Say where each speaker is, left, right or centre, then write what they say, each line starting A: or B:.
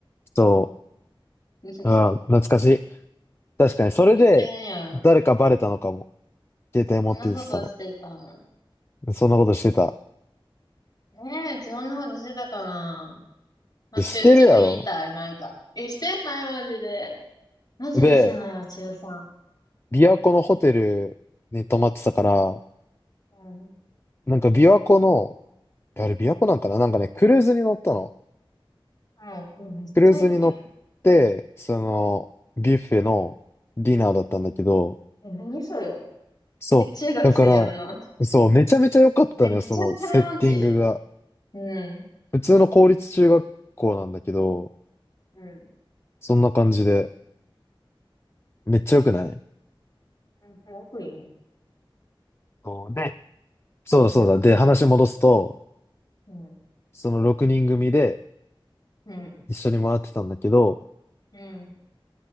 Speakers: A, on the left (about 30°); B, on the left (about 45°).
A: そ
B: う。<laughs>
A: う。ああ、懐かしい。確かに、それで、
B: 青春やん。
A: 誰かバレたのかも。携帯持って行ってたの。
B: そんなことしてたの。
A: そんなことしてた。
B: ねえ、うちそんなことしてたかな。だって、
A: で、してるやろ。
B: うちも言いたい、なんか。え、してない、マジで。マジでしてないわ、
A: で、
B: 中3。
A: 琵琶湖のホテルに泊まってたから、
B: うん。
A: なんか琵琶湖のあれ、琵琶湖なんかななんかね、クルーズに乗ったの。
B: もう、うわめっちゃいいやん。
A: クルーズに乗って、その、ビュッフェのディナーだったんだけど、
B: え、何それ。
A: そう。
B: え、中学生やんな。
A: だから、そう、めちゃめちゃ良かったのよ、
B: めっちゃ金持ち。
A: そのセッティングが。
B: うん。
A: 普通の公立中学校なんだけど、
B: うん。
A: そんな感じで、めっちゃ良くない
B: うん、すごくいいの。
A: そうで、そうだそうだ。
B: ずる。
A: で、話戻すと、
B: うん。
A: その6人組で
B: うん。
A: 一緒に回ってたんだけど、
B: うん。